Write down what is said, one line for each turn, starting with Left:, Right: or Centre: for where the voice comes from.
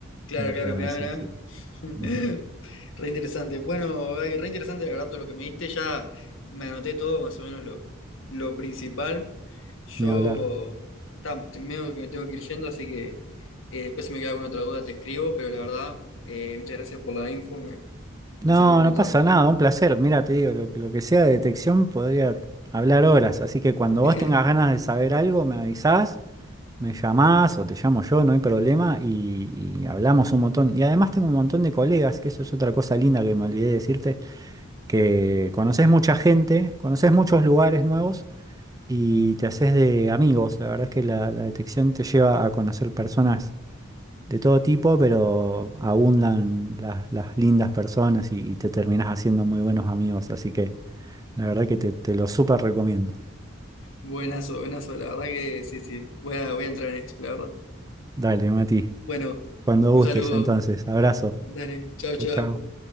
Left: claro,
Right: Entonces,
Left: claro, mirá,
Right: sí,
Left: mirá.
Right: sí.
Left: <laughs>
Right: Ujú.
Left: Re interesante. Bueno, ay, re interesante la verdad todo lo que me diste. Ya me anoté todo, más o menos lo, lo principal. Yo
Right: Ni hablar.
Left: ta, te- medio que me tengo que ir yendo, así que eh, después si me queda alguna otra duda te escribo, pero la verdad, eh, muchas gracias por la info, me,
Right: No,
Left: me sirvió un
Right: no
Left: montón.
Right: pasa nada, un placer. Mira, te digo, lo, que lo que sea de detección podría hablar horas, así que cuando vos
Left: <laughs>
Right: tengas ganas de saber algo, me avisás, me llamás o te llamo yo, no hay problema, y, y hablamos un montón. Y además tengo un montón de colegas, que eso es otra cosa linda que me olvidé de decirte, que conoces mucha gente, conoces muchos lugares nuevos y te haces de amigos. La verdad es que la, la detección te lleva a conocer personas de todo tipo, pero abundan las, las lindas personas y, y te terminás haciendo muy buenos amigos. Así que la verdad que te, te lo súper recomiendo.
Left: Buenazo, buenazo, la verdad que sí, sí. Voy a, voy a entrar en esto, la verdad.
Right: Dale, Mati.
Left: Bueno,
Right: Cuando
Left: un
Right: gustes,
Left: saludo.
Right: entonces. Abrazo.
Left: Dale, chao,
Right: Chao,
Left: chao.
Right: chao.